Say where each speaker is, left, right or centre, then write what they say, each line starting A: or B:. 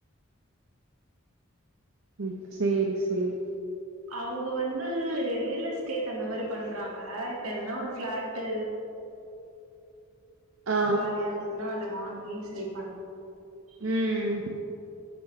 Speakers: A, on the right (about 70°); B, on the right (about 85°).
A: ம் சேரி சே ம்
B: அவங்க வந்து த ஸ்டேட் அந்த மாரி பண்றாங் ஆஹ இப்ப எதுன உடுட் பிளாட்டு
A: ஆ
B: காலியானது இதுநால் இத வாங்கி சே பண்ண
A: உஹம்